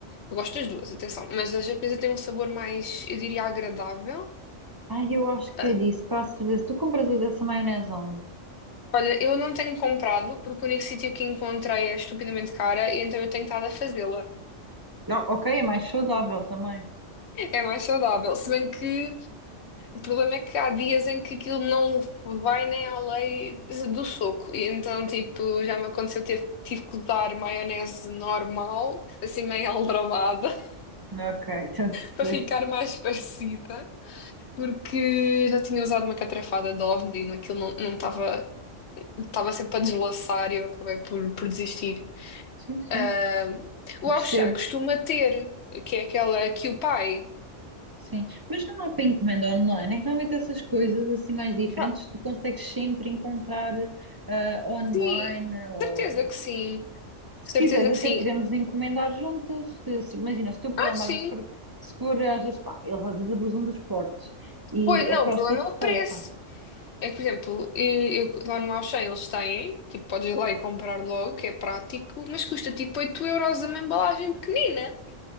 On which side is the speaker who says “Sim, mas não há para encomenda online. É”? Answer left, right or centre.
Right